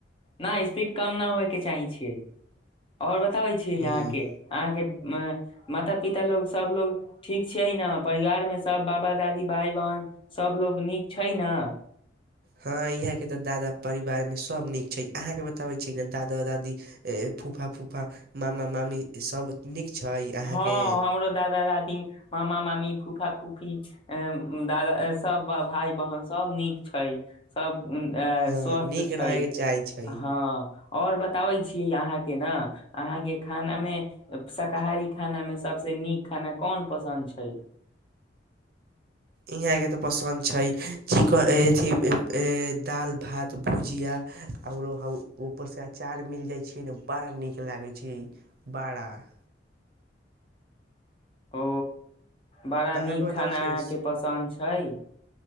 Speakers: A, on the left (about 30°); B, on the right (about 55°).
A: न स्पीड कम न होय के चाहे छियै आओर बताबै छियै
B: हूँ
A: अहाँके अहाँके म माता पिता लोक सबलोग ठीक छियै ने परिवार मे सब बाबा दादी भाय बहन सबलोग नीक छै न
B: हँ इहा के तऽ दादा परिवार में सब नीक छै अहाँके बताबै छी ने दादा दादी फूफा फूफा मामा मामी सब नीक छै
A: हँ
B: अहाँके
A: हमरो दादा दादी मामा मामी फूफा फूफी अं दादा सब भाय बहन सब नीक छै सब
B: हँ
A: अ स्वस्थ
B: नीक
A: छै
B: रहयके चाहै छै
A: हँ और बताबै छियै अहाँ के न अहाँ के खाना में शाकाहारी खाना में सबस नीक खाना कोन पसन्द छै
B: इहाँ के तऽ पसन्द छै चिकन एथि ए दाल भात भुजिया और ऊपर से अचार मिल जाय छै ने बड़ा नीक लागे छै बड़ा <inaudible>
A: ओ बड़ा
B: अहाँके
A: नीक
B: बताबै
A: खाना
B: छियै ने
A: अहाँ के पसन्द छै